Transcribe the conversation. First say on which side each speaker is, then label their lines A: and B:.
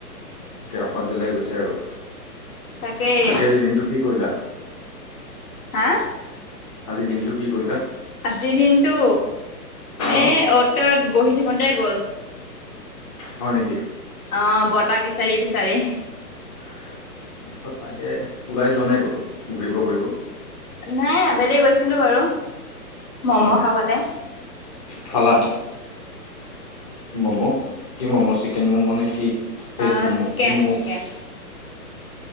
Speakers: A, on the left (about 20°); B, on the left (about 60°).
A: এতিয়া অসহ্য লাগি গৈছে আৰু।
B: তাকেই।
A: বাকি আজি দিনটো কি কৰিলা?
B: হা?
A: আজি দিনটো কি কৰিলা?
B: আজিৰ দিনটো এ
A: অ',
B: অ'ত -ত'ত বহি থাকোতে গ'ল।
A: হয় নেকি?
B: অহ বতাহ বিচাৰি - বিচাৰি।
A: <inaudible> তাকে ওলাই যোৱা নাই ক'তো ঘূৰিব কৰিব?
B: নাই আবেলি গৈছিলো বাৰু ম'ম'খাবলে।
A: উম, খালা ম'ম কি ম'ম চিকেন ম'ম নে কি? ভেজ
B: অ
A: ম'ম'কি
B: চিকেন
A: ম'ম'?
B: চিকেন